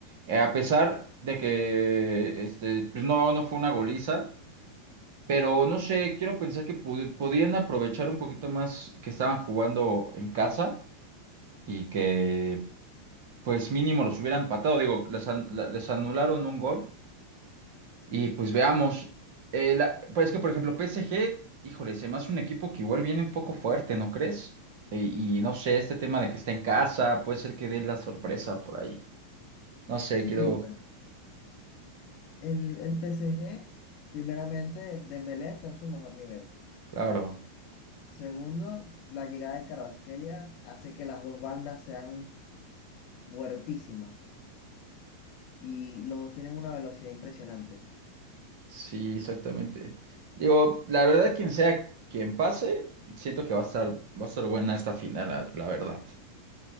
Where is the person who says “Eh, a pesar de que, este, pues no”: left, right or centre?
Right